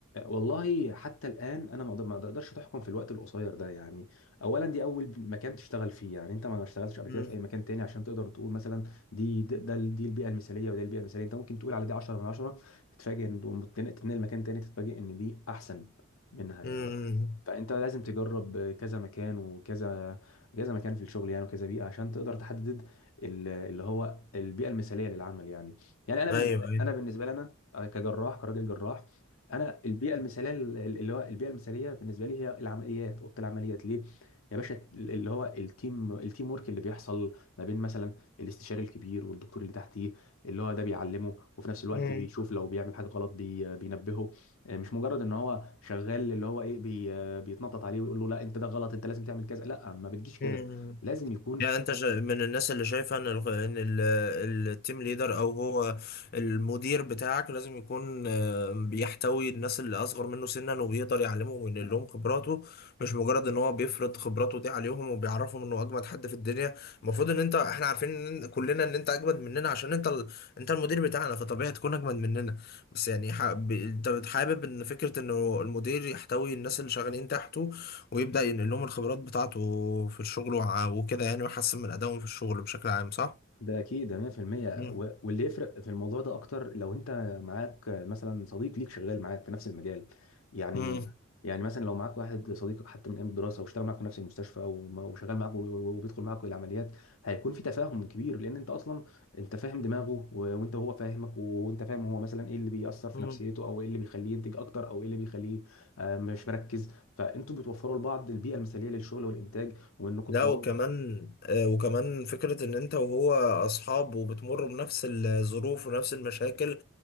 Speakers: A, on the left; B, on the left.
A: والله حتى الآن أنا ما أقدر- ما أقدرش تحكم في الوقت القصير ده يعني أولا دي أول مكان تشتغل فيه يعني أنت ما اشتغلتش قبل
B: امم
A: كده في أي مكان تاني عشان تقدر تقول مثلا دي ده ده- دي البيئة المثالية وده البيئة المثالية أنت ممكن تقول على دي 10 من 10 تتفاجئ إن وم- تتنقل تتنقل مكان تاني تتفاجئ إن دي أحسن منها يعني
B: امم
A: فأنت لازم تجرب كذا مكان وكذا كذا مكان في الشغل يعني وكذا بيئة عشان تقدر تحدد ال- اللي هو البيئة المثالية للعمل يعني يعني أنا
B: ايوه
A: بالنسبة
B: ايوه
A: أنا بالنسبة لنا كجراح كراجل جراح انا البيئه المثاليه اللي هو البيئه المثاليه بالنسبه لي هي العمليات اوضه العمليات ليه يا باشا اللي هو التيم التيم ورك اللي بيحصل ما بين مثلا الاستشاري الكبير والدكتور اللي تحتيه اللي هو ده بيعلمه وفي نفس الوقت
B: مم.
A: بيشوف لو بيعمل حاجه غلط بي بينبهه آه، مش مجرد ان هو شغال اللي هو ايه بي بيتنطط عليه ويقول له لا انت ده غلط انت لازم تعمل كذا لا ما بتجيش كده
B: مم.
A: لازم يكون
B: يعني انت شا- من الناس اللي شايفه ان الغ- ان ال- التيم ليدر او هو المدير بتاعك لازم يكون آه، بيحتوي الناس اللي اصغر منه سنا وبيقدر يعلمهم وينقل لهم خبراته مش مجرد ان هو بيفرض خبراته دي عليهم وبيعرفهم انه اجمد حد في الدنيا المفروض ان انت احنا عارفين ان كلنا ان انت اجمد مننا عشان انت ال... انت المدير بتاعنا فطبيعي تكون اجمد مننا بس يعني ح... ب... انت حابب ان فكره انه المدير يحتوي الناس اللي شغالين تحته ويبدأ ينقل لهم الخبرات بتاعته في الشغل وع- وكده يعني ويحسن من أدائهم في الشغل بشكل عام صح؟
A: ده اكيد ده 100%
B: مم.
A: و- واللي يفرق في الموضوع ده اكتر لو انت معاك مثلا صديق ليك شغال معاك في نفس المجال يعني
B: مم.
A: يعني مثلا لو معاك واحد صديقك حتى من ايام الدراسه واشتغل معاك في نفس المستشفى وما- وشغال معاك و- و- وبيدخل معاك العمليات هيكون في تفاهم كبير لان انت اصلا انت فاهم دماغه و- وانت هو فاهمك و- وانت فاهم هو مثلا ايه اللي بيأثر في
B: مم.
A: نفسيته او ايه اللي بيخليه ينتج اكتر او ايه اللي بيخليه آه، مش مركز فانتوا بتوفروا لبعض البيئه المثاليه للشغل والانتاج وانكم
B: لا
A: تطوروا
B: وكمان آه، وكمان فكرة ان انت وهو اصحاب وبتمروا بنفس الظروف ونفس المشاكل